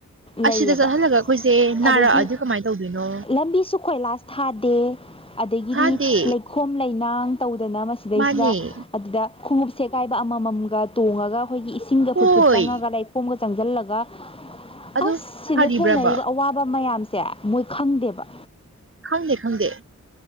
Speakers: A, on the right; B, on the left.
A: ꯑꯁꯤꯗ
B: ꯂꯩꯌꯦꯕ
A: ꯆꯠꯍꯜꯂꯒ ꯑꯩꯈꯣꯏꯁꯦ ꯅꯥꯔꯛꯑꯗꯤ
B: ꯑꯗꯒꯤ
A: ꯀꯃꯥꯏꯅ ꯇꯧꯗꯣꯏꯅꯣ
B: ꯂꯝꯕꯤꯁꯨ ꯀꯣꯏꯂꯥꯁ ꯊꯥꯗꯦ ꯑꯗꯒꯤꯗꯤ
A: ꯊꯥꯗꯦ
B: ꯂꯩꯈꯣꯝ ꯂꯩꯅꯥꯡ ꯇꯧꯗꯅ ꯃꯁꯤꯗꯩꯁꯤꯗ
A: ꯃꯥꯅꯦ
B: ꯑꯗꯨꯗ ꯈꯣꯡꯎꯞꯁꯦꯀꯥꯏꯕ ꯑꯃꯃꯝꯒ ꯇꯣꯡꯉꯒ ꯑꯩꯈꯣꯏꯒꯤ ꯏꯁꯤꯡꯒ
A: ꯍꯣꯏ
B: ꯐꯨꯠꯐꯨꯠ ꯆꯪꯉꯒ ꯂꯩ ꯂꯩꯈꫭꯝꯒ ꯆꯪꯁꯤꯜꯂꯒ
A: ꯑꯗꯨ
B: ꯑꯁ ꯁꯤꯗ
A: ꯐꯔꯤꯕ꯭ꯔꯕ
B: ꯊꯦꯡꯅꯔꯤꯕ ꯑꯋꯥꯕ ꯃꯌꯥꯝ ꯁꯦ ꯃꯣꯏ ꯈꯪꯗꯦꯕ
A: ꯈꯪꯗꯦ ꯈꯪꯗꯦ